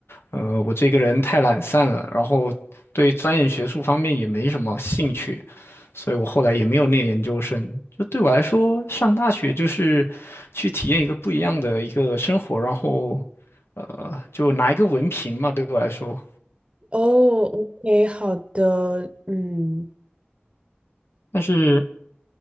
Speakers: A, on the left (about 80°); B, on the right (about 30°).
A: 呃，我这个人太懒散了，然后对钻研学术方面也没什么兴趣，所以我后来也没有念研究生。就对我来说，上大学就是去体验一个不一样的一个生活，然后呃，就拿一个文凭嘛，对我来说。
B: 哦，OK，好的，嗯
A: 但是